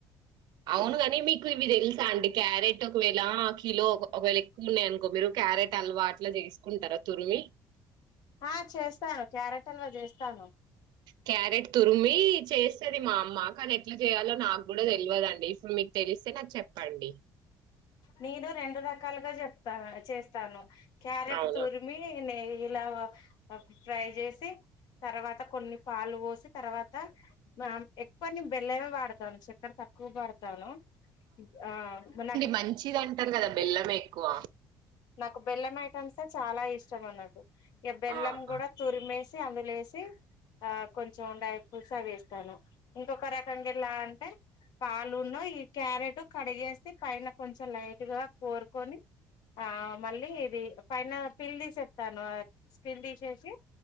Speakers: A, on the right; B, on the left.
A: ఔను కని మీకు ఇవి తెల్ కాండి క్యారెట్ ఒకవేళ కిలో ఒక్ ఒకవేళ ఎక్కు ఉన్నాయనుకో మీరు క్యారెట్ అలవాట్లొ జేస్కుంటారా తురిమి
B: ఆ చేస్తాను క్యారెట్ హల్వా జేస్తాను.
A: క్యారెట్ తురిమి చేస్సది మా అమ్మ కానీ ఎట్ల జేయాలో నాగ్గుడా థెల్వదండి. సో మీక్ తెలిస్తే నాక్ చెప్పండి.
B: నేను రెండు రకాలుగా చెప్తావ అచే స్తాను క్యారెట్
A: అవునా?
B: తురిమి నెయ్యిల వ ఆ ఫ్రై చేసి తర్వాత కొన్ని పాలు పోసి తర్వాత మామ్ ఎక్కువ నే బెల్లమే వాడతాను చక్కర తక్కువ వాడ్తాను. ఆ మన
A: మంచిది అంటరు కదా బెల్లమె ఎక్కువ
B: ఒక బెల్లం ఐటమ్సె చాలా ఇష్టం అన్నటు ఇగ బెల్లం
A: ఆహా!
B: కూడా తురిమేస్ సి అందులే ఎసి, ఆ కొంచెం డై ఫ్రూస్ అవి ఏస్తాను, ఇంకొక రకంగా ఎలా అంటే పాలున్న ఈ క్యారెట్ కడిగేసి పైన కొంచెం లైట్గా కోరుకొని, ఆ మళ్ళీ ఇది పైన పిల్ తీసేత్తాను అ స్కిన్ తీసేసి,